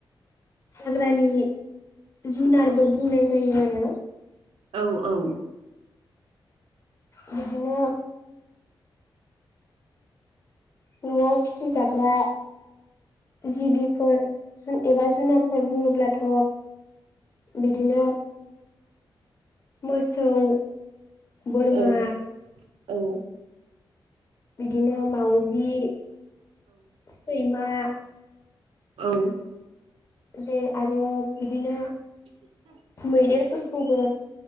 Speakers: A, on the left (about 35°); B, on the right (about 90°).
A: हाग्रानि जुनारबो बुंनाय जायो आरो।
B: औ औ
A: बिदिनो न'आव फिसिजाग्रा जिबिफोर जुन एबा जुनारफोर बुंङोब्लाथ' बिदिनो मोसौ बोरमा
B: औ औ
A: बिदिनो माउजि सैमा
B: औ
A: जे आरो बिदिनो
B: <inaudible>
A: मैदेरफोरखौबो